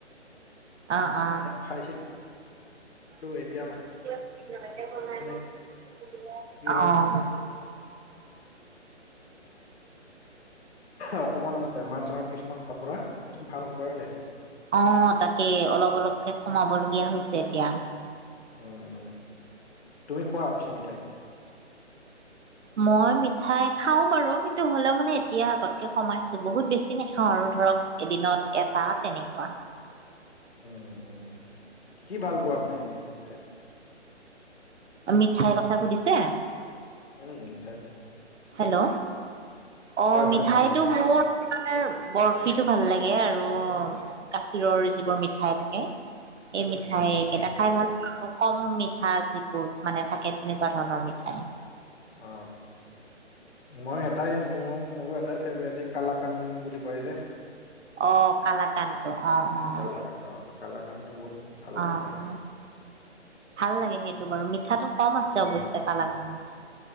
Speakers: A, on the right; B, on the left.
A: অ', অ'।
B: খাইছিলো এতিয়া
A: অ'।
B: মানে কি হয় অকণমান আগতে বেমাৰ চেমাৰ কিছুমান হ'ব পৰা ভাল উপায় হয়।
A: অ', তাকে অলপ-অলপকে কমাবলগীয়া হৈছে এতিয়া।
B: উম, তুমি খোৱা পিছে মিঠাই?
A: মই মিঠাই খাও বাৰু কিন্তু হ'লেও মানে এতিয়া আগতকে কমাইছো। বহুত বেছি নাখাওঁ আৰু ধৰক এদিনত এটা তেনেকুৱা।
B: উম, উম, কি ভাল পোৱা মানে এনেই মিঠাইত?
A: মিঠাইৰ কথা সুধিছে?
B: উম, মিঠাই।
A: হেল্লো, অ',
B: হয়
A: মিঠাইটো
B: হয় মিঠাই
A: মোৰ মানে বৰফিটো ভাল লাগে আৰু গাখীৰৰ যিবোৰ মিঠাই থাকে সেই মিঠাই
B: উম,
A: কেইটা খাই ভাল কম মিঠা যিবোৰ মানে থাকে তেনেকুৱা ধৰণৰ মিঠাই।
B: অ, মই এটাই মোৰ, মোৰো এটাই ফেভৰেট এই কালাকান বুলি কয় যে।
A: অ', কালাকানটো অ', অ',
B: কালাকান অ, কালাকান অ বহুত ভাল
A: অ'।
B: লাগে মানে।
A: ভাল লাগে সেইটো বাৰু মিঠাটো কম আছে
B: উম
A: অৱশ্যে কালাকানত।